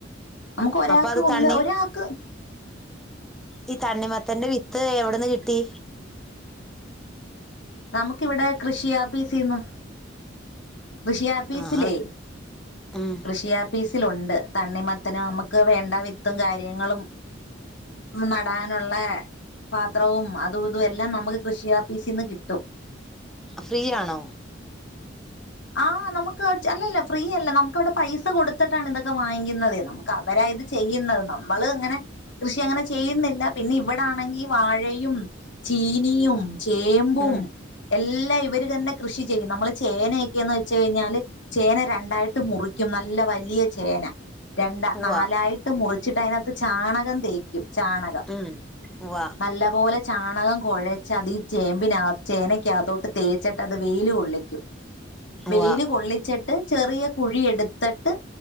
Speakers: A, on the left; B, in the centre.
A: നമുക്ക് ഒരാക്ക്
B: അപ്പൊ അത്
A: ഒന്ന്
B: തണ്ണി
A: ഒരാക്ക്
B: ഈ തണ്ണിമത്തൻ്റെ വിത്ത് എവി ടന്ന് കിട്ടി
A: നമുക്കിവിടെ കൃഷിയാപീസിന്ന് കൃഷി ആപ്പിസിലെ
B: ആഹാ ഉം
A: കൃഷി ആപ്പീസ് ത്തിലുണ്ട് തണ്ണിമത്തനും, നമുക്ക് വേണ്ട വിത്തും, കാര്യങ്ങളും, നടാനുള്ള പാത്രവും, അതും ഇതും, എല്ലാം നമുക്ക് കൃഷി ആപ്പീസീന്ന് കിട്ടും.
B: ഫ്രീയാണോ?
A: ആ നമുക്ക് അല്ലല്ല ഫ്രീയല്ല നമുക്ക് അവിടെ പൈസ കൊടുത്തിട്ടാണ് ഇതൊക്കെ വാങ്ങിക്കുന്നതേ. നമുക്ക് അവരാ ഇത് ചെയ്യുന്നത് നമ്മള് ഇങ്ങനെ കൃഷി അങ്ങനെ ചെയ്യുന്നില്ല പിന്നെ ഇവടാണെങ്കി വാഴയും, ചീനിയും, ചേമ്പും
B: ഉം
A: എൽ ല്ലാ ഇവര് തന്നെ കൃഷി ചെയ്യും നമ്മള് ചേന യെന്ന് വെച്ച് കഴിഞ്ഞാല് ചേന രണ്ടായിട്ട് മുറിക്കും. നല്ല വലിയ ചേന. രണ്ട
B: ഉവ്വ
A: നാലായിട്ട് മുറി ച്ചിട്ടു അയിനകത്ത് ചാണകം തേക്കും. ചാണകം
B: ഉം ഉവ്വ
A: നല്ലപോലെ ചാണകം കുഴച്ച് അതി ചേമ്പിനാ ചേനയ്ക്കാത്തോട്ട് തേ ച്ചട്ട് അത് വെയില് കൊള്ളിക്കും.
B: ഉവ്വ
A: വെയില് കൊള്ളിച്ചട്ട് ചെറിയ കുഴിയെടുത്തട്ട്